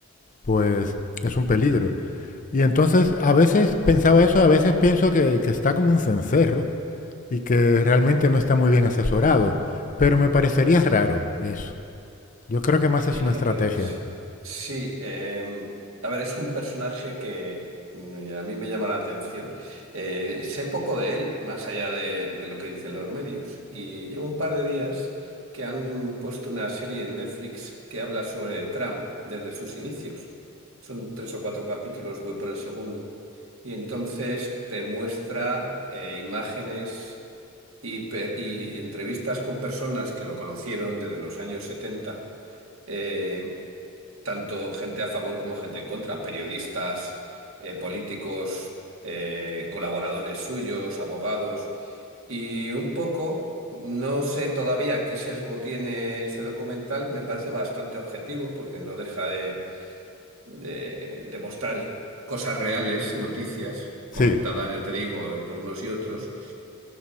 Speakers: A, on the left (about 40°); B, on the right (about 70°).
A: pues es un peligro. Y entonces a veces pensaba eso, a veces pienso que, que está como un cencerro y que realmente no está muy bien asesorado, pero me parecería raro eso. Yo creo que más es
B: Fíjate,
A: una estrategia.
B: sí, sí, em, a ver, es un personaje que mm, a mí me llama la atención. Eh, sé poco de él, más allá de, de lo que dicen los medios, y llevo un par de días que han puesto una serie en Netflix que habla sobre Trump desde sus inicios. Son tres o cuatro capítulos, voy por el segundo, y entonces te muestran eh, imágenes y, pe- y y entrevistas con personas que lo conocieron desde los años setenta eh, tanto gente a favor como gente en contra, periodistas, eh, políticos, eh, colaboradores suyos, abogados. Y un poco, no sé todavía qué sesgo tiene ese documental, me parece bastante objetivo porque no deja de, de, de mostrar cosas reales, noticias,
A: Sí,
B: comentadas, ya te digo, por unos y otros.